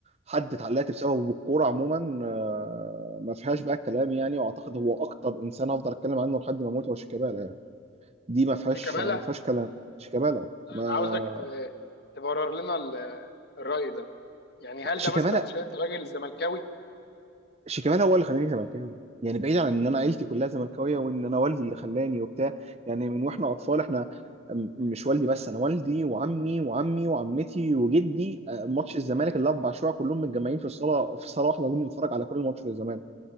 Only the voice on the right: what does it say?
حد اتعلقت بسببه بالكوره عموما آه، ما فيهاش بقى الكلام يعني واعتقد هو اكتر انسان افضل اتكلم عنه لحد ما اموت هو شيكابالا يعني دي ما فيهاش
ما فيهاش كلام شيكابالا
ما
شيكابالا
شيكابالا هو اللي خلاني زملكاوي يعني بعيد عن ان انا عيلتي كلها زملكاويه وان انا والدي اللي خلاني وبتاع يعني من واحنا اطفال احنا م- مش والدي بس انا والدي وعمي وعمي وعمتي وجدي آه، ماتش الزمالك الاربع شويه كلهم متجمعين في الصاله في صاله واحده قاعدين بنتفرج على كل ماتش للزمالك